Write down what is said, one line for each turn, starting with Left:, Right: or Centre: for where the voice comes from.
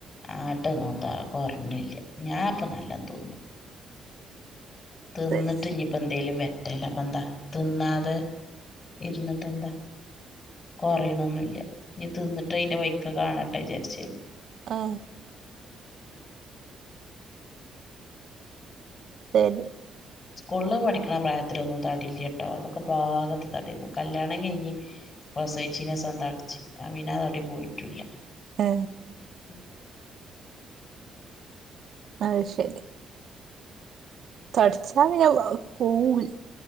Left: ആട്ടൊന്നും ത കൊറഞ്ഞില്ല ഞാൻപ്പൊ നല്ല തിന്നും തിന്നിട്ട്
Right: ശരി
Left: ഞ്ഞിയിപ്പോ എന്തേലും വരട്ടെ എല്ല പ്പന്താ തിന്നാതെ ഇരുന്നിട്ട്ന്താ കൊറയുണന്നുല്ല ഇനി തിന്നിട്ട് അയിന്റെ ബൈക്ക് കാണട്ടെ വിജാരിച്
Right: ആ ശരി
Left: സ്കള് പഠിക്കണ പ്രായത്തിലൊന്നും തടിയില്ല്യാട്ടോ അനോക്കെ ഭാഗത്ത തടിന്നു കല്യാണം കഴിഞ്ഞ് പ്രസവിച്ചീനെസം തടിച്ച് അ പിന്നെ ആ തടി പോയിട്ടുല്ല
Right: ഏ
Left: <inaudible>
Right: അശരി തടിച്ചാ പിന്ന <unintelligible> പോഉല്ല